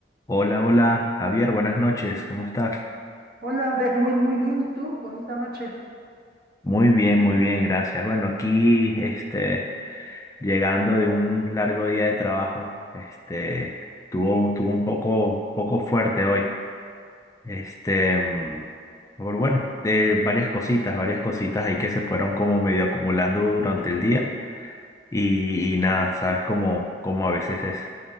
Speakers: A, on the left; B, on the right.
A: Hola, hola, Javier, buenas noches, ¿cómo estás?
B: Hola, Derwin, muy bien. ¿Y tú? Bonita noche.
A: Muy bien, muy bien, gracias. Bueno, aquí, este, llegando de un largo día de trabajo, este, tuvo, tuvo un poco, poco fuerte hoy. Este, mm, pero bueno, eh, varias cositas, varias cositas ahí que se fueron como medio acumulando durante el día y, y nada, sabes cómo, cómo a veces es.